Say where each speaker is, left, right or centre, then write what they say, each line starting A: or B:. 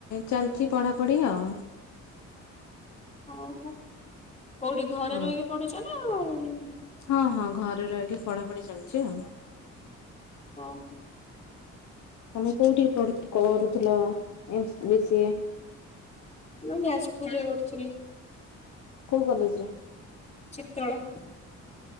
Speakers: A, on the left (about 70°); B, on the left (about 20°).
A: ଚାଲି ଅଛି ପଢାପଢି ଆଉ।
B: ଓ ହୋ। କୋଉଠି ଘରେ
A: ହଁ
B: ରହିକି ପଢୁଚ ନା? ଆଉ?
A: ହଁ ହଁ ଘରେ ରହିକି ପଢାପଢି ଚାଲିଚି ଆଉ।
B: ଓ ହୋ।
A: ତମେ କୋଉଠି ପଢୁ କରୁଥିଲ ଏମସ୍ ବି ସି ଏ।
B: ମୁଁ ଯାଜପୁରରେ କରୁଥିଲି।
A: କୋଉ କଲେଜରେ?
B: ଚିତୋଳ।